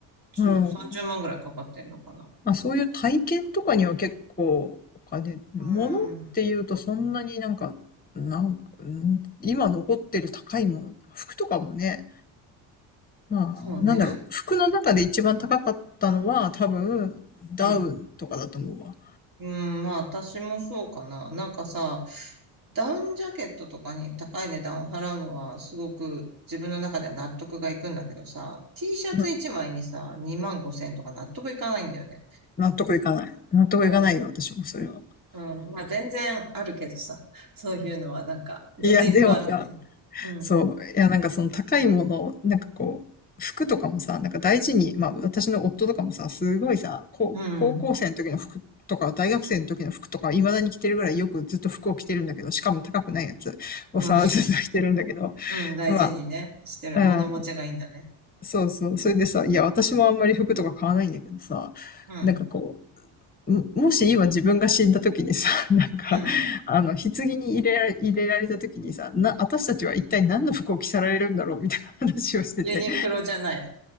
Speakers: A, on the right (about 50°); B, on the left (about 20°).
A: 10、
B: うん。
A: 30万ぐらいかかってんのかな。
B: まあ、そういう体験とかには結構お金、物っていうとそんなになんか、
A: うーん、
B: なんか、うん今残ってる高いもの、服とかもね、まあ、
A: そうね、
B: なんだろう、
A: ふ、
B: 服の中で一番高かったのは多分、ダウンとかだと思うわ。
A: うん。うん、まあ私もそうかな。なんかさ、ダウンジャケットとかに高い値段を払うのはすごく自分の中では納得がいくんだけどさ、T シャツ1枚にさ、
B: うん
A: 2万5千円とか納得いかないんだよね。
B: 納得いかない。納得いかないよ、
A: う
B: 私もそれは。
A: ん、うん、まあ全然あるけどさ、そういうのはなんか全然いっぱいあるよね。
B: いや、でもさ、
A: うん、
B: そう。いや、なんかその高いもの、なんかこう、服とかもさ、なんか大事に、まあ私の夫とかもさ、すごいさ、こう高校生の時の服とか、
A: うん、
B: 大学生の時の服とか、未だに着てるぐらいよくずっと服を着てるんだけど、しかも高くないやつをさ、
A: うん、
B: ずっと着てるんだけど、
A: うん、大事にね、
B: まあ、
A: してる。
B: うん、
A: 物持ちがいいんだね。
B: そうそう。それでさ、いや、私もあんまり服とか買わないんだけどさ、
A: うん、
B: なんかこう、ももし今自分が死んだ時にさ、<laughs> なんか、
A: うん。
B: あの、棺に入れられ、入れられた時にさ、な、私たちは一体何の服を着せられるんだろうみたいな話をしてて、
A: ユニクロじゃない。